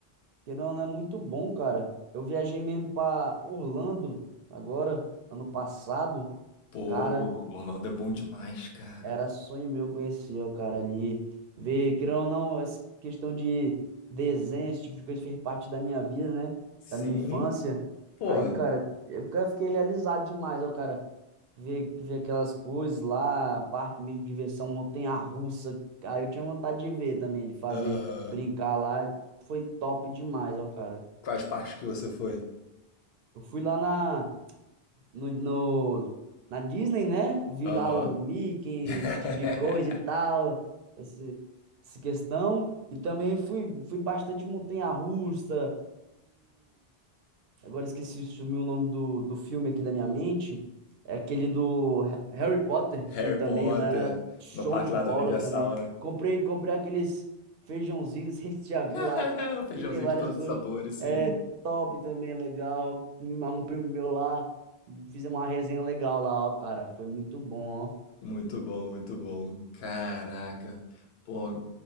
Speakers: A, on the right; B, on the left.
A: Querendo ou não, é muito bom, cara. Eu viajei mesmo para Orlando agora, ano passado.
B: Pô,
A: Cara,
B: Orlando é bom demais, cara.
A: era sonho meu conhecer o cara ali. Ver, querendo ou não, essa questão de desenho, esse tipo de coisa fez parte da minha vida, né? Da
B: Sim,
A: minha infância.
B: pô.
A: Aí, cara, eu ca- fiquei realizado demais, ó, cara. Ver, ver aquelas coisas lá, parque mesmo, diversão, montanha-russa. Aí eu tinha vontade de ver também, de fazer,
B: Aham.
A: brincar lá. Foi top demais, ó, cara.
B: Quais parques que você foi?
A: Eu fui lá na no, no- na Disney, né? Vi
B: Aham.
A: lá o Mickey,
B: <laughs>
A: esse tipo de coisa e tal, esse, essa questão. E também fui, fui bastante em montanha-russa, Agora esqueci sumiu o nome do, do filme aqui da minha mente. É aquele do Ha- Harry Potter.
B: Harry
A: Fui também
B: Potter,
A: lá, show
B: no parque
A: de
B: lá
A: bola
B: da Universal,
A: também.
B: né?
A: Comprei, comprei aqueles feijãozinhos, <laughs> não sei se você já
B: <laughs>
A: viu lá,
B: O Feijãozinho
A: que tem vários
B: de todos
A: gostos.
B: os sabores, sim.
A: É top também, legal. Me marrou um primo meu lá. Fizemos uma resenha legal lá, ó, cara. Foi muito bom,
B: Muito bom, muito bom. Caraca. Pô,